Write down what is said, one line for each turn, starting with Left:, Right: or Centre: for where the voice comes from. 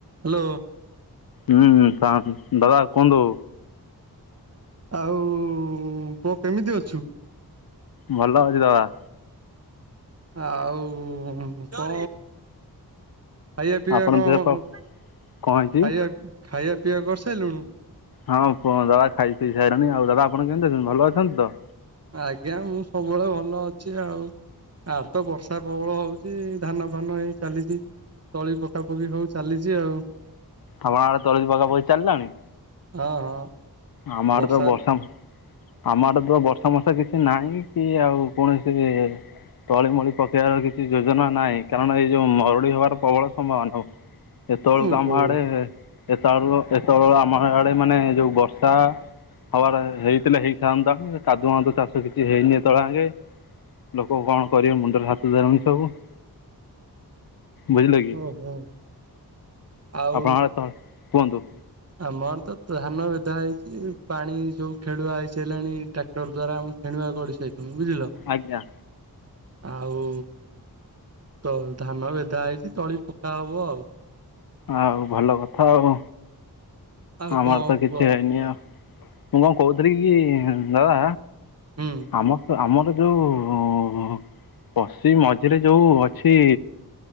Right: Hello.
Left: ହୁଁ କଣ ଦାଦା କୁହନ୍ତୁ।
Right: ଆଉ ପୁଅ କେମିତି ଅଛୁ?
Left: ଭଲ ଅଛି ଦାଦା।
Right: ଆଉ କ ଖାଇବା ପିଇବା
Left: ଆପଣଙ୍କ
Right: କଣ
Left: ଦେହ ପା
Right: ଖାଇବା
Left: କ'ଣ ହେଇଛି
Right: ଖାଇବା ପିଇବା କରିସେଇ ଲୁଣୁ?
Left: ହଁ ପୁ ଦାବା ଖାଇ ପିଇ ସାରିଲଣି ଆଉ ଦାବା ଆପଣ କେମିତି ଅଛନ୍ତି ଭଲ ଅଛନ୍ତି ତ?
Right: ଆଜ୍ଞା ମୁଁ ସବୁବେଳେ ଭଲ ଅଛି ଆଉ। ଆର୍ ତ ବର୍ଷା ପ୍ରବଳ ହଉଛି ଧାନ ଫାନ ହେଇ ଚାଲିଛି। ତଳି ପକାପକି ହଉ ଚାଲିଛି ଆଉ।
Left: ଆପଣ ଆଡେ ତଳି ପକା ପକି ଚାଲିଲାଣି?
Right: ହଁ ହଁ।
Left: ଆମ
Right: ବର୍ଷା
Left: ଆଡେ ତ ବସମ୍ ଆମ ଆଡେ ତ ବର୍ଷା ମର୍ସା କିଛି ନାହିଁ କି ଆଉ କୌଣସିବି ତଳିମଳି ପକେଇବାର କିଛି ଯୋଜନା ନାହିଁ କାରଣ ଏଇ ଯୋଉ ମରୁଡି ହବାର ପ୍ରବଳ ସମ୍ଭାବନା। ଏତେବେଳକୁ
Right: ଓହୋ
Left: ଆମ ଆଡେ ଏତେବେଳୁ ଏତେବେଳକୁ ଆମ ଆଡେ ମାନେ ଯୋଉ ବର୍ଷ ହବାର ହେଇଥିଲେ ହେଇଥାନ୍ତାଣି କାଦୁ ହନ୍ତ ଚାଷ କିଛି ହେଇନି ତଳେ ଆଗେ ଲୋକ କଣ କରିବେ ମୁଣ୍ଡର ହାତ ଦେଲେଣି ସବୁ। ବୁଝିଲେ କି
Right: ଓ ହୋ ଆଉ
Left: ଆପଣଙ୍କର ତ କୁହନ୍ତୁ।
Right: ଆମର ତ ଧାନ ବେଧା ହେଇଛି ପାଣି ସବୁ ଖେଳୁଆ ହେଇସାରିଲାଣି। ଟ୍ରାକ୍ଟର ଦ୍ୟାରା ଆମେ ଖେଣିବାକୁ ଗଡିସାଇ ଲୁଣି ବୁଝିଲ।
Left: ଆଜ୍ଞା।
Right: ଆଉ। ତଉ ଧାନ ବେଟା ହେଇଛି ତଳି ପକା ହବ ଆଉ।
Left: ଆଉ ଭଲ କଥା ଆଉ
Right: ଆଉ
Left: ଆମର
Right: କଣ
Left: ତ କିଛି
Right: କୁହ
Left: ହେଇନି ଆଉ। ମୁଁ କଣ କହୁଥିଲି କି ଦାଦା
Right: ହୁଁ
Left: ଆମ ଆମର ଯୋଉ ପଶି ମଝିରେ ଯୋଉ ଅଛି